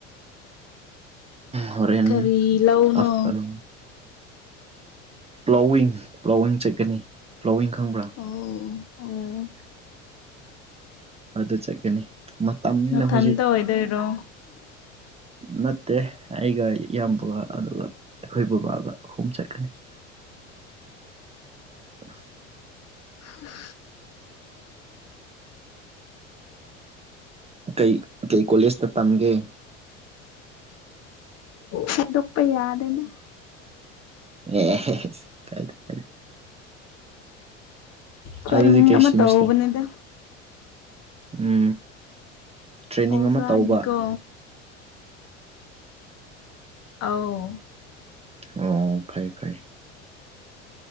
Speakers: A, on the right; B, on the left.
A: ꯍꯣꯔꯦꯟ
B: ꯀꯔꯤ ꯂꯧꯅꯣ
A: ꯑꯁꯇꯔ ꯄ꯭ꯂꯥꯎꯋꯤꯡ ꯄ꯭ꯂꯥꯎꯋꯤꯡ ꯆꯠꯀꯅꯤ ꯄ꯭ꯂꯥꯎꯋꯤꯡ ꯈꯪꯕ꯭ꯔꯥ
B: ꯑꯣ ꯑꯣ
A: ꯑꯗꯨ ꯑꯗꯨ ꯆꯒꯅꯤ ꯃꯇꯝꯅꯤꯅ
B: ꯅꯊꯟꯇ
A: ꯍꯧꯖꯤꯛ
B: ꯑꯣꯏꯗꯣꯏꯔꯣ
A: ꯅꯠꯇꯦ ꯑꯩꯒ ꯏꯌꯥꯝꯕꯒ ꯑꯗꯨꯒ ꯑꯩꯈꯣꯏ ꯕꯕꯥꯒ ꯑꯍꯨꯝ ꯆꯠꯀꯅꯤ ꯎꯟ <inaudible>
B: ꯍꯨꯝ <inaudible>
A: ꯀꯩ ꯀꯩ ꯀꯣꯂꯦꯖꯇ ꯇꯝꯒꯦ
B: ꯊꯩꯗꯣꯛꯄ ꯌꯥꯗꯅꯦ
A: ꯑꯦ ꯀꯥꯏꯗ ꯀꯥꯏ
B: ꯇ꯭ꯔꯦꯅꯤꯡ
A: ꯑꯗꯨꯗꯤ ꯀꯩꯁꯤꯃꯤꯇꯔ
B: ꯑꯃ ꯇꯧꯕꯅꯤꯗ
A: ꯎ ꯇ꯭ꯔꯦꯅꯤꯡ
B: ꯑꯣꯖꯥꯒꯤꯀꯣ
A: ꯑꯃ ꯇꯧꯕ
B: ꯑꯥꯎ
A: ꯑꯣ ꯐꯩ ꯐꯩ